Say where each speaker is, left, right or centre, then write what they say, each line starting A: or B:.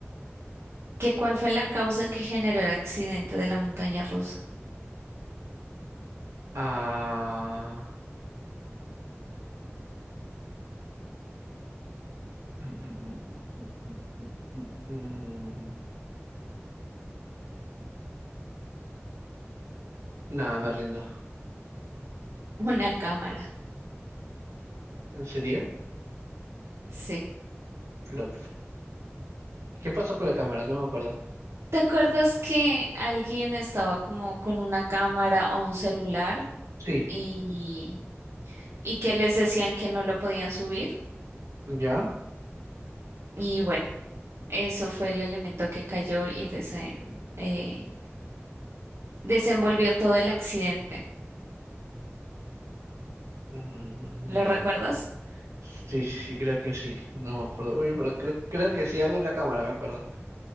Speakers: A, on the right; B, on the right.
A: ¿Qué cuál fue la causa que generó el accidente de la montaña rusa?
B: Ah. mm, mm, mm, mm, mm, mm, mm, mm. Nada, me rindo.
A: <laughs> Una cámara.
B: ¿En serio?
A: Sí.
B: Flop. ¿Qué pasó con la cámara? No me acuerdo.
A: ¿Te acuerdas que alguien estaba como con una cámara o un celular
B: Sí,
A: y y que les decían que no lo podían subir?
B: ¿ya?
A: Y bueno, Eso fue el elemento que cayó y desen- eh, desenvolvió todo el accidente.
B: Mm,
A: ¿Lo
B: Vale.
A: recuerdas?
B: Sí, sí, sí, creo que sí. No me acuerdo muy bien, pero cre- creo que sí hago una cámara, me acuerdo.